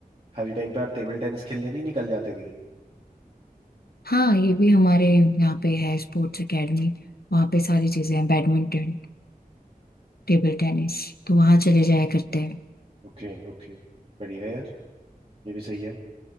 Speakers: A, on the right; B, on the left.
A: खाली टाइम पे आप टेबल टेनिस खेलने नहीं निकल जाते कहीं
B: हाँ ये भी हमारे यहाँ पे है स्पोर्ट्स एकेडमी वहाँ पे सारी चीजें हैं बैडमिंटन टेबल टेनिस तो वहाँ चले जाया करते हैं
A: ओके ओके बढ़िया यार ये भी सही है